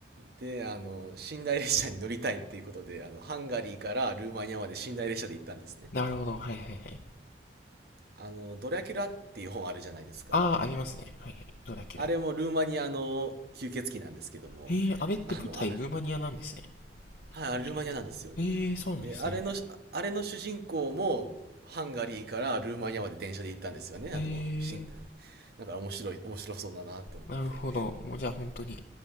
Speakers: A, on the right; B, on the left.
A: で、あの、寝台列車に乗りたいっていうことで、あの、ハンガリーからルーマニアまで寝台列車で行ったんですね。
B: なるほど、はいはいはい。
A: あの、ドラキュラっていう本あるじゃないですか。
B: ああ、ありますね。はいはい。どうだっけな。
A: あれもルーマニアの吸血鬼なんですけども、
B: ええあれって舞台ルーマニアなんですね。
A: あの、あ、はい、
B: どうだっけな。
A: あれルーマニアなんですよ。
B: ええそうなんですね。
A: で、あれの、あれの主人公も、ハンガリーからルーマニアまで電車で行ったんですよね。
B: ええ
A: あの、しん、だから面白い、面白そうだなと思って。
B: なるほど。もうじゃあ本当に、